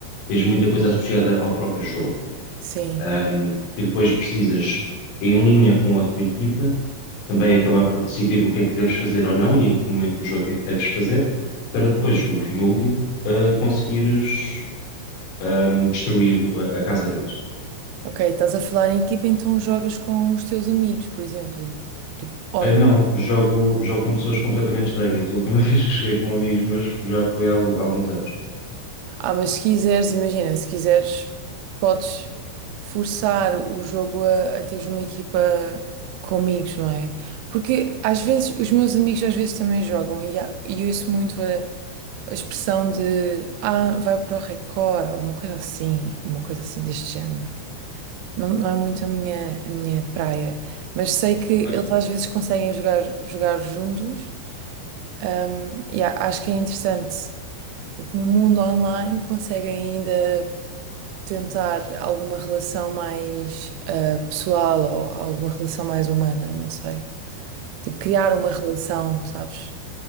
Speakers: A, on the left; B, on the right.
A: tens muita coisa associada ao próprio jogo
B: sim.
A: um, que depois precisas, em linha com a tua equipa, também acabar por decidir o que é que deves fazer ou não e em que momento do jogo é que deves fazer, para depois, o fim último, uh, conseguires um, destruir o- a, a casa deles.
B: Ok, estás a falar em equipa, então jogas com os teus amigos, por exemplo. Tipo, on-
A: Ah, não, jogo, jogo com pessoas completamente estranhas. A última <laughs> vez que joguei com amigos meus já foi há, al- há alguns anos.
B: Ah, mas se quiseres, imagina, se quiseres, podes forçar o jogo a, a teres uma equipa com amigos, não é? Porque às vezes, os meus amigos às vezes também jogam e, há- e eu ouço muito a, a expressão de ah, vai para o Record, ou uma coisa assim, uma coisa assim deste género. Não, não é muito a minha, a minha praia, mas sei que
A: Ok.
B: eles às vezes conseguem jogar, jogar juntos. Um, yeah, acho que é interessante. Tipo, no mundo online conseguem ainda tentar alguma relação mais uh, pessoal ou alguma relação mais humana, não sei. Tipo, criar uma relação, sabes?